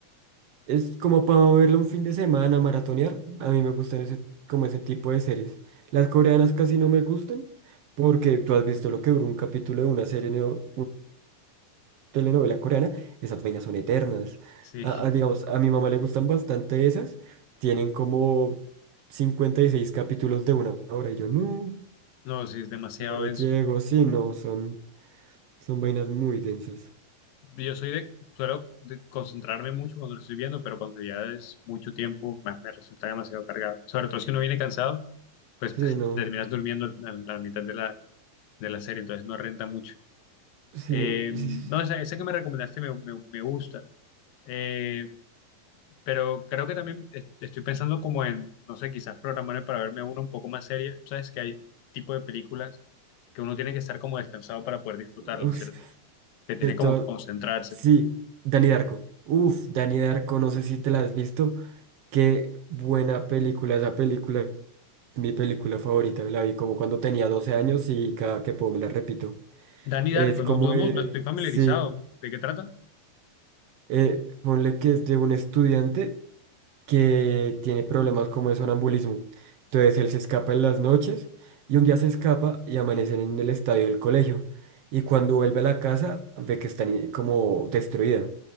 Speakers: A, on the right; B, on the left.
A: es como para verlo un fin de semana, maratonear. A mí me gustan ese, como ese tipo de series. Las coreanas casi no me gustan, porque tú has visto lo que duró un capítulo de una serie, ¿no? telenovela coreana, esas vainas son eternas.
B: Sí,
A: A- a, digamos, a mi mamá le gustan bastante esas. Tienen como 56 capítulos de una hora. Y yo, no,
B: <laughs> no, sí, es demasiado
A: ya no
B: denso.
A: llego. Sí, no, son, son vainas muy densas.
B: Yo soy de, suelo de concentrarme mucho cuando lo estoy viendo, pero cuando ya es mucho tiempo, me, me resulta demasiado cargado. Sobre todo si uno viene cansado, pues
A: Sí,
B: <laughs>
A: no.
B: terminas durmiendo a la mitad de la, de la serie, entonces no renta mucho.
A: Sí,
B: Eh,
A: sí.
B: no,
A: sí.
B: esa, esa que me recomendaste me, me- me gusta, Eh, pero creo que también es- estoy pensando como en, no sé, quizás programarme para verme una un poco más seria. Sabes que hay tipo de películas que uno tiene que estar como descansado para poder disfrutarlas,
A: Uf,
B: ¿cierto? Que tiene
A: de todo-
B: como que concentrarse.
A: Sí, Danny Darko. Uf, Danny Darko, no sé si te la has visto. Qué buena película esa película. es Mi película favorita, la vi como cuando tenía 12 años y cada que puedo me la repito.
B: Danny
A: Es
B: Darko,
A: como
B: no, no,
A: de,
B: no, no estoy familiarizado.
A: sí,
B: ¿De qué trata?
A: eh, ponle que es de un estudiante que tiene problemas como de sonambulismo. Entonces él se escapa en las noches y un día se escapa y amanecen en el estadio del colegio. Y cuando vuelve a la casa ve que está ni- como destruida, el